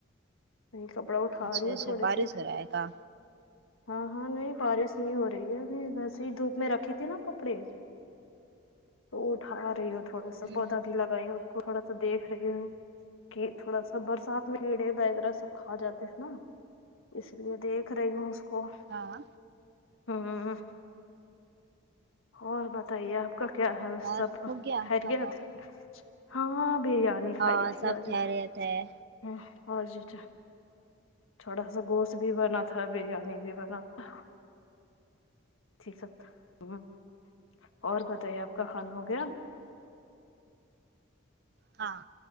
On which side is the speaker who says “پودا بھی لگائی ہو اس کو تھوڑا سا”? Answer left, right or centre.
Left